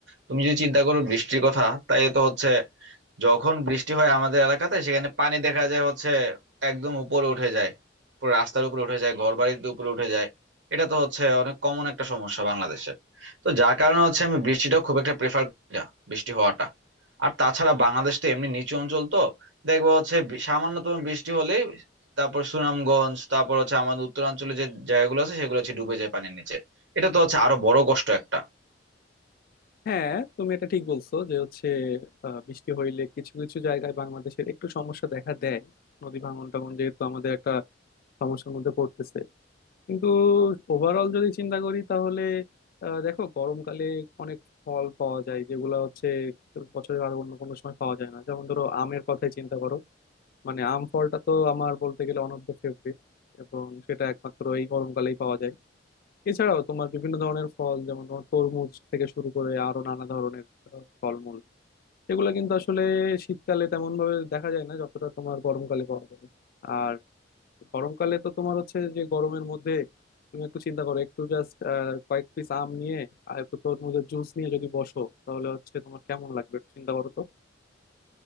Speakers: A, on the right; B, on the left.
A: তুমি যদি চিন্তা করো বৃষ্টির কথা তাই তো হচ্ছে যখন বৃষ্টি হয় আমাদের এলাকাতে সেখানে পানি দেখা যায় হচ্ছে একদম উপরে উঠে যায় পুরো রাস্তার উপরে উঠে যায় ঘর বাড়ির উপরে উঠে যায় এটা তো হচ্ছে অনেক কমন একটা সমস্যা বাংলাদেশের তো যার কারণে হচ্ছে আমি বৃষ্টিটা খুব একটা প্রেফার করি না বৃষ্টি হওয়াটা আর তাছাড়া বাংলাদেশ তো এমনি নিচু অঞ্চল তো দেখবো হচ্ছে বি- সামান্যতম বৃষ্টি হলেই তারপর সুনামগঞ্জ তারপর হচ্ছে আমাদের উত্তরাঞ্চলে যে জায়গাগুলো আছে সেগুলো হচ্ছে ডুবে যায় পানির নিচে এটা তো হচ্ছে আরো বড় কষ্ট একটা
B: হ্যাঁ তুমি এটা ঠিক বলছো যে হচ্ছে আহ, বৃষ্টি হইলে কিছু কিছু জায়গায় বাংলাদেশের একটু সমস্যা দেখা দেয় নদী ভাঙন টাঙন যেহেতু আমাদের একটা সমস্যার মধ্যে পড়তেছে কিন্তু ওভারঅল যদি চিন্তা করি তাহলে আহ, দেখো গরমকালে অনেক ফল পাওয়া যায় যেগুলো হচ্ছে বছরের আর অন্য কোনো সময় পাওয়া যায় না যেমন ধরো আমের কথাই চিন্তা করো মানে আম ফলটা তো আমার বলতে গেলে অনবদ্য ফেভারিট এবং সেটা একমাত্র এই গরমকালেই পাওয়া যায় এছাড়াও তোমার বিভিন্ন ধরনের ফল যেমন তোমার তরমুজ থেকে শুরু করে আরো নানা ধরনের আহ, ফলমূল এগুলো কিন্তু আসলে শীতকালে তেমন ভাবে দেখা যায় না যতটা তোমার গরমকালে পাওয়া যায় আর গরমকালে তো তোমার হচ্ছে যে গরমের মধ্যে তুমি একটু চিন্তা করো একটু জাস্ট কয়েক পিস আম নিয়ে আর একটু তরমুজের জুস নিয়ে যদি বসো তাহলে হচ্ছে তোমার কেমন লাগবে একটু চিন্তা করো তো